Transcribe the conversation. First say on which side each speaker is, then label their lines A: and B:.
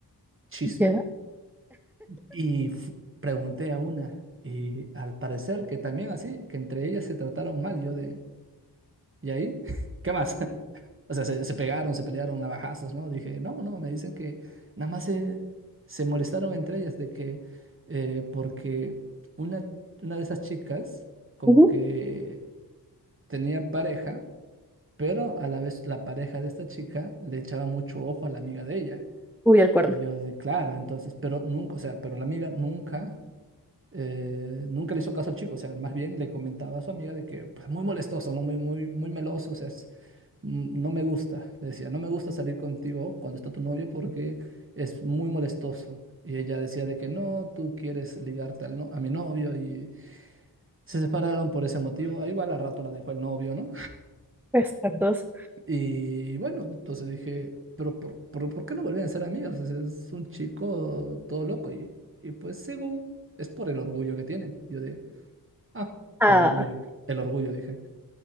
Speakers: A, on the right; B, in the centre.
A: Chisme.
B: Ya,
A: Y fu- pregunté a una, y al parecer que también así, que entre ellas se trataron mal, yo de, ¿y ahí? <laughs> ¿Qué más? <laughs> O sea, se, se pegaron, se pelearon navajazos, ¿no? Dije, no, no, me dicen que nada más se, se molestaron entre ellas de que, eh, porque una, una de esas chicas como
B: ujú.
A: que tenía pareja, pero a la vez la pareja de esta chica le echaba mucho ojo a la amiga de ella.
B: Uy, el cuerno.
A: Y yo así, claro, entonces, pero nunca, o sea, pero la amiga nunca, eh, nunca le hizo caso al chico, o sea, más bien le comentaba a su amiga de que, pues, muy molestoso, ¿no? Muy, muy, muy meloso, o sea, es- mm, no me gusta, le decía, no me gusta salir contigo cuando está tu novio porque es muy molestoso. Y ella decía de que no, tú quieres ligarte al no- a mi novio y se separaron por ese motivo. Ah, Igual a rato la dejó el novio, ¿no?
B: Exactos.
A: Y bueno, entonces dije, pero ¿por, por, por qué no volvían a ser amigos? Es, es un chico todo loco. Y, y pues según es por el orgullo que tienen. Yo de, ah,
B: Ah,
A: el orgullo, el orgullo, dije.